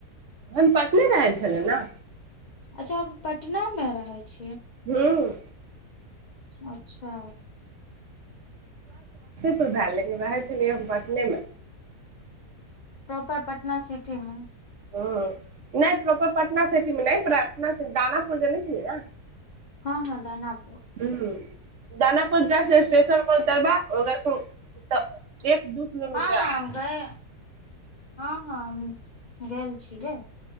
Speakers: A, on the right (about 60°); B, on the left (about 55°).
A: हम पटने रहै छलै ने
B: अच्छा पटना मे रहै छियै
A: हँ
B: अच्छा
A: भए लेकिन वएह छलियै हम पटने मे
B: प्रॉपर पटना सिटी मे
A: ह नहि प्रोपर पटना सिटीमे नहि प्र्थना दानापुर जने छै ने
B: हँ हँ दानापुर
A: ह दानापुर जा छै स्टेशन पर उतरब ओर तऽ एक दू किलोमीटर
B: हँ
A: आगे।
B: हँ ग‌ए हँ हँ गेलल छे